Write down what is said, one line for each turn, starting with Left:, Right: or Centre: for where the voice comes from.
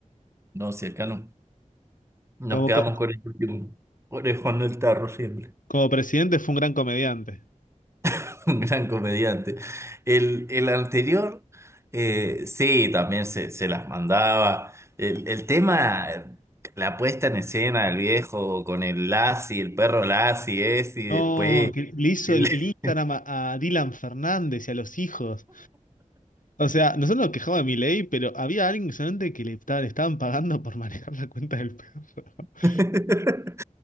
Right: no, si acá no, nos
Left: Como,
Right: quedamos
Left: co-
Right: con el último orejón del tarro siempre.
Left: como presidente fue un gran comediante.
Right: <laughs> Un gran comediante. El, el anterior, eh, sí, también se, se las mandaba. El, el tema, eh, la puesta en escena del viejo con el Lassie, el perro Lassie es, y después...
Left: No, que le hizo
Right: el-
Left: el, el Instagram a, a Dylan Fernández y a los hijos. O sea, nosotros nos quejamos de Milei, pero había alguien que solamente que le, estaban- le estaban pagando por manejar la cuenta del perro. <laughs>
Right: <laughs>